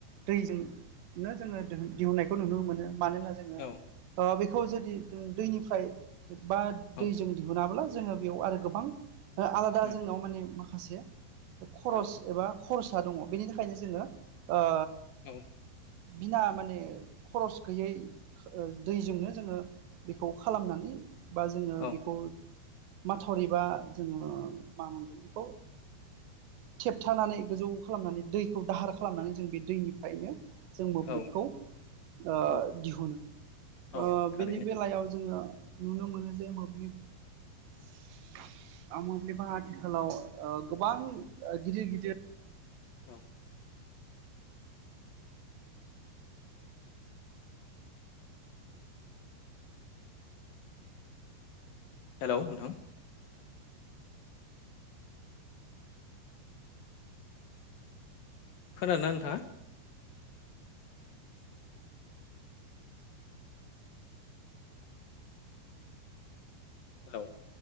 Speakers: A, on the right; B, on the left.
A: दैजोंनो जोङो दिहुननायखौ नुनो मोनो। मानोना ओ
B: औ
A: बेखौ जुदि जों दैनिफ्राय बा
B: औ
A: दैजों दिहुनाब्ला जोङो बेयाव आरो गोबां ओ आलादा
B: उम
A: जोंनाव माने माखासेया खरस
B: औ
A: एबा खरसा दङ‌ बेनि थाखायनो जोङो ओ
B: औ
A: बिना माने खरस गैयै दैजोंनो जोङो बेखौ खालामनानै बा जोङो
B: औ
A: बेखौ माथावरिबा जोङो मा <unintelligible> बेखौ थेबथानानै गोजौ खालामनानै दैखौ दाहार खालामनानै जों बे दैनिफ्रायनो जों मोब्लिबखौ
B: औ
A: दिहुनो
B: औ औ थारैनो
A: बेनि बेलायाव जोङो <unintelligible> <unintelligible> मोब्लिबा आथिखालाव गोबां गिदिर गिदिर
B: औ हेलौ नोंथां खोनादोंना नोंथाङा <unintelligible>